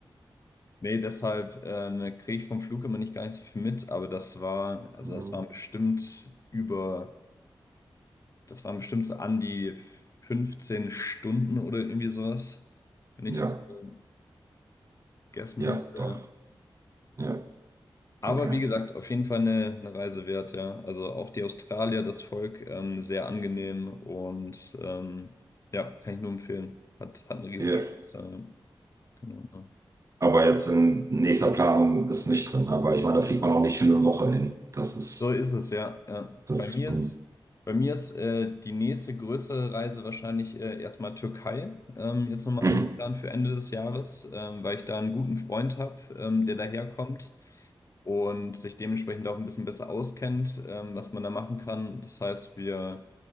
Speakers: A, on the left; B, on the right.
A: Nee, deshalb ähm, kriege ich vom Flug immer nicht gar nicht so viel mit, aber das war, also
B: Hm,
A: das waren bestimmt über, das waren bestimmt so an die 15 Stunden oder irgendwie sowas, wenn ich
B: Ja,
A: so guessen
B: ja,
A: müsste.
B: doch.
A: Ja.
B: Ja,
A: Aber
B: okay.
A: wie gesagt, auf jeden Fall eine, eine Reise wert, ja. Also auch die Australier, das Volk, ähm, sehr angenehm und ähm, ja, kann ich nur empfehlen. Hat, hat einen Riesenspaß,
B: Ja.
A: ja. ja. Genau. ja.
B: Aber jetzt in nächster Planung ist nicht drin. Aber ich meine, da fliegt man auch nicht für eine Woche hin. Das ist,
A: So ist es, ja. ja.
B: das,
A: Bei mir
B: hm.
A: ist, bei mir ist äh, die nächste größere Reise wahrscheinlich äh, erstmal Türkei, ähm, jetzt nochmal
B: mhm.
A: angeplant für Ende des Jahres, ähm, weil ich da einen guten Freund habe, ähm, der daherkommt und sich dementsprechend auch ein bisschen besser auskennt, ähm, was man da machen kann. Das heißt, wir